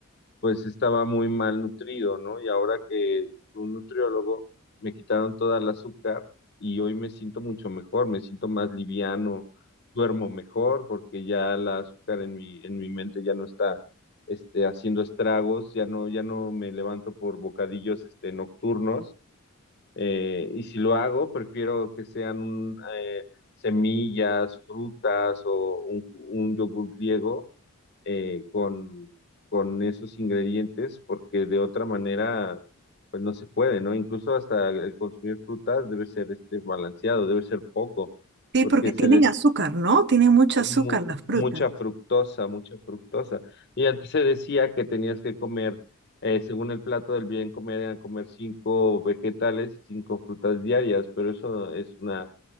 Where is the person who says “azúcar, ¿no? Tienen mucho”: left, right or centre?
Right